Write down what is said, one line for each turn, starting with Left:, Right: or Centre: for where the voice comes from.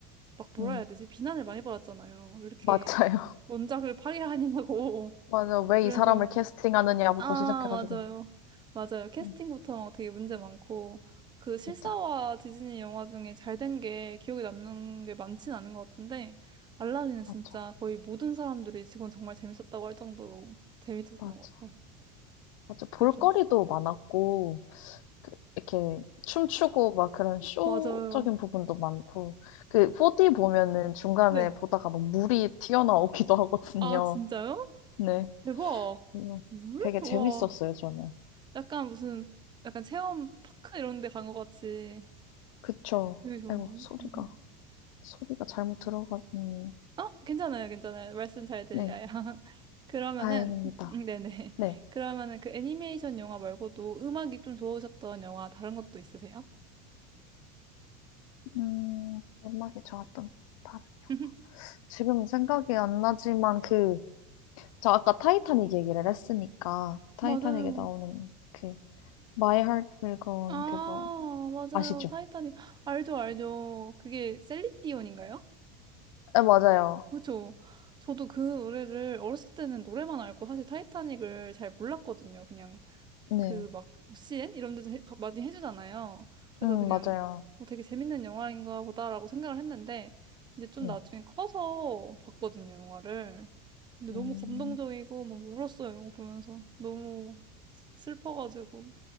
Right: 막 뭐라
Left: 음,
Right: 해야 되지? 비난을 많이 받았잖아요. 왜 이렇게
Left: 맞아요.
Right: 원작을 파괴하냐고.
Left: <laughs>
Right: <laughs>
Left: 맞아, 왜
Right: 그래서,
Left: 이 사람을 캐스팅하느냐부터
Right: 아,
Left: 시작해가지고.
Right: 맞아요. 맞아요. 캐스팅부터
Left: 음,
Right: 되게 문제 많고, 그 실사와
Left: 맞아,
Right: 디즈니 영화 중에 잘 된 게 기억에 남는 게 많진 않은 것 같은데, 알라딘은 진짜
Left: 맞아,
Right: 거의 모든 사람들이 지금 정말 재밌었다고 할 정도로 재밌었던
Left: 맞아.
Right: 것 같아요.
Left: 맞아, 볼거리도
Right: 그렇죠.
Left: 많았고, 이렇게 춤추고 막 그런 쇼적인
Right: 맞아요.
Left: 부분도 많고 그 4D 보면은 중간에
Right: 네.
Left: 보다가 막 물이 튀어나오기도 하거든요.
Right: 아, 진짜요?
Left: 네.
Right: 대박.
Left: 그래서
Right: 물?
Left: 되게
Right: 와.
Left: 재밌었어요, 저는.
Right: 약간 무슨, 약간 체험 파크 이런 데 간 것 같이.
Left: 그쵸.
Right: 되게 좋은데요?
Left: 아이고, 소리가
Right: 음.
Left: 소리가 잘못 들어갔니.
Right: 어, 괜찮아요, 괜찮아요. 말씀 잘 들려요.
Left: 네.
Right: <laughs> 그러면은,
Left: 다행입니다.
Right: 음, 네네.
Left: 네.
Right: 그러면은 그 애니메이션 영화 말고도 음악이 좀 좋으셨던 영화 다른 것도 있으세요?
Left: 음, 음악이 좋았던 다-
Right: <laughs>
Left: 지금 생각이 안 나지만 그 저 아까 타이타닉 얘기를 했으니까 타이타닉에
Right: 맞아요.
Left: 나오는 그 My Heart Will Go
Right: 아,
Left: On 그거
Right: 맞아요.
Left: 아시죠?
Right: 타이타닉. 알죠, 알죠. 그게 셀린디온인가요?
Left: 네, 맞아요.
Right: 그죠. 저도 그 노래를 어렸을 때는 노래만 알고 사실 타이타닉을 잘 몰랐거든요. 그냥
Left: 네.
Right: 그 막오 c 엔 이런 데서 해- 많이 해주잖아요. 그래서
Left: 음,
Right: 그냥
Left: 맞아요.
Right: 뭐 되게 재밌는 영화인가 보다라고 생각을 했는데 이제 좀
Left: 네.
Right: 나중에 커서 봤거든요, 영화를. 근데
Left: 음,
Right: 너무 감동적이고 막 울었어요, 영화 보면서. 너무 슬퍼가지고.